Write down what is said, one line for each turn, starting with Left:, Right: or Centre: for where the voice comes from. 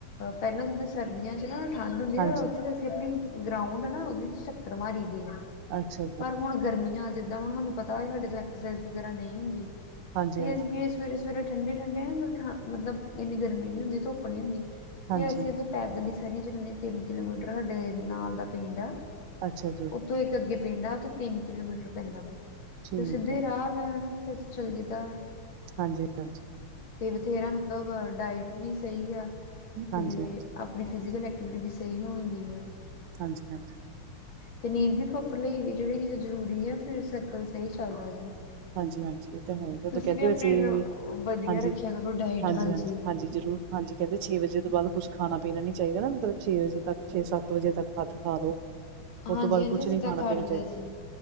Left: ਪੈਲਾਂ ਜਿੱਦਾਂ ਸਰਦੀਆਂ 'ਚ ਨਾ ਠੰਡ ਹੁੰਦੀ
Right: ਹਾਂਜੀ
Left: ਆ ਉੱਥੇ ਅਸੀਂ ਆਪਣੀ ਗਰਾਉਂਡ ਆ ਨਾ ਉਦੇ 'ਚ ਚੱਕਰ ਮਾਰੀ ਦੇ ਆ।
Right: ਅੱਛਾ ਜੀ
Left: ਪਰ ਹੁਣ ਗਰਮੀਆਂ ਜਿੱਦਾਂ ਹੁਣ ਹਾਨੂੰ ਪਤਾ ਸਾਡੇ ਤੋਂ ਐਕਸਰਸਾਈਜ਼ ਵਗੈਰਾ ਨਈ ਹੁੰਦੀ।
Right: ਹਾਂਜੀ
Left: ਤੀਜ਼
Right: ਹਾਂਜੀ
Left: ਵੀਹ ਸਵੀਰਸ ਸਵੇਰੇ ਠੰਡੇ-ਠੰਡੇ ਨਾ ਉੱਧਰ ਠ ਮਤਲਬ ਇੰਨੀ ਗਰਮੀ ਨਈ ਹੁੰਦੀ ਧੁੱਪ ਨਈ ਹੁੰਦੀ
Right: ਹਾਂਜੀ
Left: ਤੇ ਅਸੀਂ ਉੱਧਰ ਪੈਦਲ ਹੀ ਸਾਰੀਆਂ ਜ਼ਨਾਨੀਆਂ ਨੇ ਤਿੰਨ ਕਿਲੋਮੀਟਰ ਸਾਡੇ ਨਾਲ ਦਾ ਪਿੰਡ ਆ।
Right: ਅੱਛਾ ਜੀ।
Left: ਉਥੋਂ ਇੱਕ ਅੱਗੇ ਪਿੰਡ ਆ ਤਿੰਨ ਕਿਲੋਮੀਟਰ ਪੈਂਦਾ ਵਾ
Right: ਠੀਕ
Left: ਤੇ ਸਿੱਧੇ
Right: ਹੈ
Left: ਰਾਹ
Right: ਜੀ
Left: ਵਾ ਹਨਾ ਤੇ ਚਲ ਜੀ ਦਾ ਵਾ।
Right: ਹਾਂਜੀ-ਹਾਂਜੀ।
Left: ਤੇ ਬਥੇਰਾ ਮਤਲਬ ਡਾਇਟ ਵੀ ਸਈ ਆ
Right: ਹਾਂਜੀ
Left: ਤੇ
Right: ਹਾਂਜੀ
Left: ਆਪਣੀ ਫਿਜ਼ੀਕਲ ਐਕਟੀਵਿਟੀ ਵੀ ਸਈ ਹੋਣ ਦੀ ਆ।
Right: ਹਾਂਜੀ ਹਾਂਜੀ
Left: ਤੇ ਨੀਂਦ ਵੀ ਪ੍ਰੋਪਰ ਲਈ ਜੇੜੀ ਚੀਜ਼ਾਂ ਜ਼ਰੂਰੀ ਹੈ ਫਿਰ ਸਰਕਲ ਸਈ ਚੱਲਦਾ ਜੀ।
Right: ਹਾਂਜੀ-ਹਾਂਜੀ ਏ ਤਾਂ ਹੈ ਉਦੋਂ
Left: ਤੁਸੀਂ
Right: ਕੈਂਦੇ
Left: ਵੀ ਆਪਣੀ
Right: ਵਏ ਸੀ
Left: ਵਧੀਆ
Right: ਹਾਂਜੀ-ਹਾਂਜੀ-ਹਾਂਜੀ-ਹਾਂਜੀ।
Left: ਰੱਖਿਆ ਕਰੋ ਡਾਇਟ ਹਾਂਜੀ
Right: ਜ਼ਰੂਰ ਹਾਂਜੀ ਕੈਂਦੇ ਛੇ ਵਜੇ ਤੋਂ ਬਾਦ ਕੁਛ ਖਾਣਾ ਪੀਣਾ ਨੀ ਚਾਈਦਾ ਨਾ ਮਤਲਬ ਛੇ ਵਜੇ ਤੱਕ ਛੇ ਸੱਤ ਵਜੇ ਤੱਕ ਹੱਥ ਖਾ ਲੋ। ਉਹ
Left: ਹਾਂਜੀ-ਹਾਂਜੀ
Right: ਤੋਂ ਬਾਅਦ ਕੁਛ
Left: ਅਸੀਂ
Right: ਨੀ
Left: ਤਾਂ
Right: ਖਾਣਾ
Left: ਖਾ
Right: ਪੀਣਾ
Left: ਲੀ
Right: ਚਾਹੀਦਾ।
Left: ਦਾ ਜੀ।